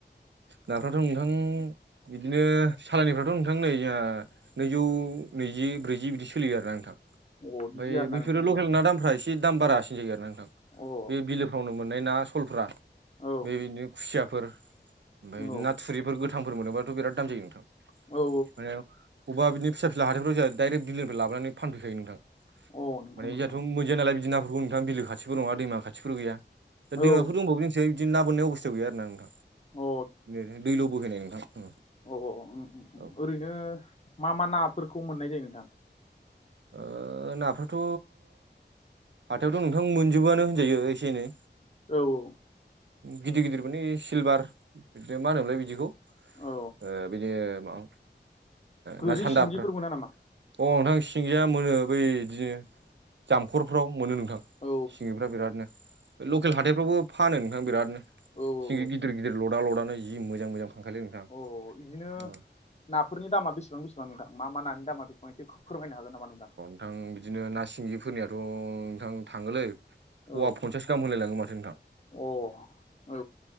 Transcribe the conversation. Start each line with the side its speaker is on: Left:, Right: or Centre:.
Right: नाफ्राथ' नोंथां बिदिनो सालायनिफ्रा दाथ' नोंथां नै ओ नैजौ नैजि ब्रैजि बिदि सोलियो आरोना नोंथां।
Left: अ बिदि
Right: ओमफ्राय
Left: आरोना
Right: बैफोरो
Left: नोंथां होमबा
Right: लकेल ना दामफ्रा एसे दाम बारासिन जायो आरोना नोंथां
Left: अ औ
Right: बे बिलो फ्रावनो मोननाय ना सलफ्रा बे
Left: औ
Right: बिदिनो खुसियाफोर। ओमफ्राय
Left: औ
Right: नाथुरिफोर गोथांफोर मोनोबाथ' बिराद दाम जायो नोंथां
Left: औ
Right: माने अबा बिदिनो फिसा फिला हाथायफ्राव जोंहा डायरेक्ट बिलोनिफ्राय लाबोनानै फानफैयखायो नोंथां।
Left: औ अ नोंथां
Right: माने
Left: नोंथां
Right: जोंहाथ' मोनजाया नालाय बिदि नाफोरखौ नोंथां बिलो खाथिबो नङा दैमा खाथिफोर गैया। दा
Left: औ
Right: दैमा बेफोर दंबावो नोंसै बिदि नाोननाय अबस्थायाव गैया आरोना नोंथां
Left: औ
Right: दैल' बहैनाय नोंथां।
Left: अ अ उम उम‌
Right: औ
Left: ओरैनो मा मा नाफोरखौ मोननाय जायो नोंथां?
Right: ओ नाफ्राथ' हाथायावथ' नोंथां मोनजोबोआनो होनजायो एसे एनै।
Left: औ औ
Right: गिदिर गिदिर माने सिलभार बिदिनो मा होनोमोनलाय बिदिखौ
Left: औ
Right: ओ बिदि माबा
Left: गोरि
Right: ना सान्दाफोर।
Left: सिंगिफोर मोना नामा
Right: अ नोंथां सिंगाया मोनो बै बिदिनो जामखरफ्राव मोनो नोंथां।
Left: औ
Right: सिंगिफ्रा बिरादनो
Left: औ
Right: लकेल हाथायफ्रावबो फानो नोंथां बिरादनो।
Left: औ औ
Right: सिं गिदिर गिदिर लदा लदानो जि मोजां मोजां फानखालै नोंथां
Left: अ इदिनो
Right: अ
Left: नाफोरनि दामा बेसेबां बेसेबां नोंथां मा मा नानि दामा बेसेबां एसे फोरमायनो हागोन। हागोन नामा नोंथां
Right: नोंथां बिदिनो ना सिंगिफोरनियाथ' नोंथां थाङोलै फवा
Left: औ
Right: फनसास गाहाम होनलाय लाङो नोंथां
Left: अ औ औ